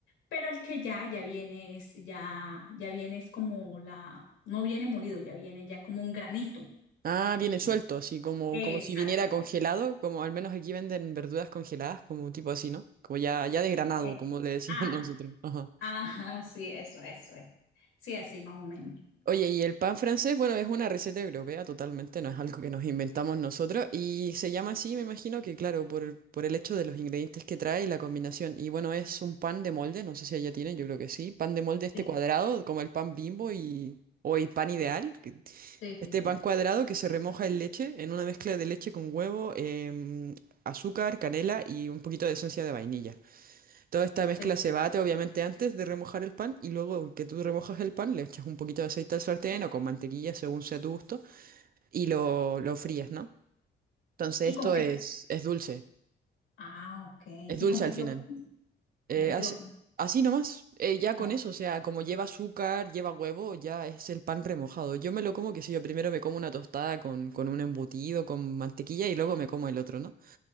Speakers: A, on the left (about 80°); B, on the right (about 45°).
A: pero el que ya, ya viene es, ya, ya viene es como la, no viene molido, ya viene ya como un granito.
B: Ah,
A: más
B: viene
A: o
B: suelto,
A: menos.
B: así como,
A: Exactamente.
B: como si viniera congelado, como al menos aquí venden verduras congeladas, como tipo así, ¿no? Como ya, ya desgranado,
A: Eh,
B: como le decimos
A: ah,
B: <laughs> nosotros. Ajá.
A: ajá, sí, eso, eso es. Sí, así más o menos.
B: Oye, y el pan francés, bueno, es una receta europea totalmente, no es algo que nos inventamos nosotros, y se llama así, me imagino que, claro, por, por el hecho de los ingredientes que trae y la combinación. Y bueno, es un pan de molde, no sé si allá tienen, yo creo que sí, pan de molde este
A: Sí,
B: cuadrado, como el pan Bimbo y, o el pan ideal, que-
A: sí, sí,
B: Este
A: sí.
B: pan cuadrado que se remoja en leche, en una mezcla de leche con huevo, em, azúcar, canela y un poquito de esencia de vainilla. Toda esta mezcla
A: Pero-
B: se bate obviamente antes de remojar el pan y luego que tú remojas el pan le echas un poquito de aceite al sartén o con mantequilla según sea tu gusto y lo, lo frías, ¿no? Entonces
A: ¿y
B: esto
A: con qué
B: es,
A: te-
B: es dulce,
A: Ah, ok. ¿Y
B: es dulce
A: con qué
B: al
A: te
B: final.
A: lo comes? ¿Con
B: Eh,
A: qué te
B: así,
A: lo comes?
B: así nomás, eh, ya con
A: Ah,
B: eso, o sea, como lleva azúcar, lleva huevo, ya es el pan remojado. Yo me lo como que si yo primero me como una tostada con, con un embutido, con mantequilla y luego me como el otro, ¿no?